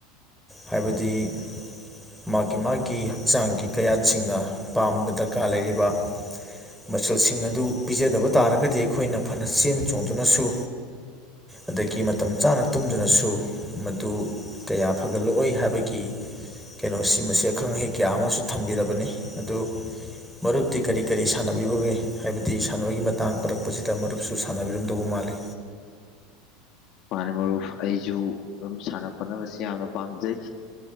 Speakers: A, in the centre; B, on the left.
A: ꯍꯥꯏꯕꯗꯤ ꯃꯥꯒꯤ ꯃꯥꯒꯤ ꯍꯛꯆꯥꯡꯒꯤ ꯀꯌꯥꯠꯁꯤꯡꯅ ꯄꯥꯝꯕ ꯗꯔꯀꯥꯔ ꯂꯩꯔꯤꯕ ꯃꯆꯜꯁꯤꯡ ꯑꯗꯨ ꯄꯤꯖꯗꯕ ꯇꯥꯔꯒꯗꯤ ꯑꯩꯈꯣꯏꯅ ꯐꯅ ꯆꯦꯟ ꯆꯣꯡꯗꯨꯅꯁꯨ ꯑꯗꯒꯤ ꯃꯇꯝ ꯆꯥꯅ ꯇꯨꯝꯗꯨꯅꯁꯨ ꯃꯗꯨ ꯀꯌꯥ ꯐꯒꯠꯂꯛꯑꯣꯏ ꯍꯥꯏꯕꯒꯤ ꯀꯩꯅꯣꯁꯤ ꯃꯁꯤ ꯑꯈꯪ ꯑꯍꯩ ꯀꯌꯥ ꯑꯃꯁꯨ ꯊꯝꯕꯤꯔꯕꯅꯤ ꯑꯗꯨ ꯃꯔꯨꯞꯇꯤ ꯀꯔꯤ ꯀꯔꯤ ꯁꯥꯟꯅꯕꯤꯕꯒꯦ ꯍꯥꯏꯕꯗꯤ ꯁꯥꯟꯅꯕꯒꯤ ꯃꯇꯥꯡ ꯄꯔꯛꯄꯁꯤꯗ ꯈꯤꯇ ꯑꯗꯨꯨꯞꯁꯨ ꯁꯥꯟꯅꯕꯤꯔꯝꯗꯧꯕ ꯃꯥꯜꯂꯤ
B: ꯃꯥꯅꯤ ꯃꯔꯨꯞ ꯑꯩꯁꯨ ꯑꯗꯨꯝ ꯁꯥꯟꯅ ꯈꯣꯠꯅꯕꯁꯤ ꯌꯥꯝꯅ ꯄꯥꯝꯖꯩ